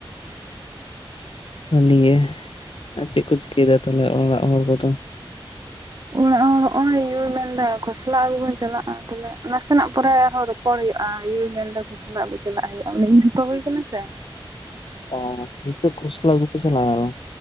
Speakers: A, on the left; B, on the right.
A: ᱵᱷᱟᱞᱤ ᱜᱮ, ᱟᱨ ᱪᱮᱫ ᱠᱚ ᱪᱤᱠᱟᱹᱭᱫᱟ ᱛᱟᱞᱦᱮ ᱚᱲᱟᱜ ᱦᱚᱲ ᱠᱚᱫᱚ?
B: ᱚᱲᱟᱜ ᱦᱚᱲ ᱦᱚᱸᱜᱼᱚᱭ ᱭᱩ ᱢᱮᱱᱫᱟ ᱠᱷᱚᱥᱞᱟ ᱟᱹᱜᱩ ᱵᱚᱱ ᱪᱟᱞᱟᱜᱼᱟ। ᱛᱟᱦᱚᱞᱮ ᱱᱟᱥᱮᱱᱟᱜ ᱯᱚᱨᱮ ᱟᱨᱦᱚᱸ ᱼᱼ ᱨᱚᱯᱚᱲ ᱦᱩᱭᱩᱜᱼᱟ ᱭᱩᱭ ᱢᱮᱱᱫᱟ ᱠᱷᱚᱥᱞᱟ ᱟᱹᱜᱩ ᱪᱟᱞᱟᱜ ᱦᱩᱭᱩᱜᱼᱟ। ᱚᱱᱮ ᱤᱨ ᱦᱚᱴᱚ ᱦᱳᱭ ᱠᱟᱱᱟ ᱥᱮ।
A: ᱚ ᱦᱤᱛᱚᱜ ᱠᱷᱚᱥᱞᱟ ᱟᱜᱩ ᱯᱮ ᱪᱟᱞᱟᱜᱼᱟ ᱟᱨᱚ?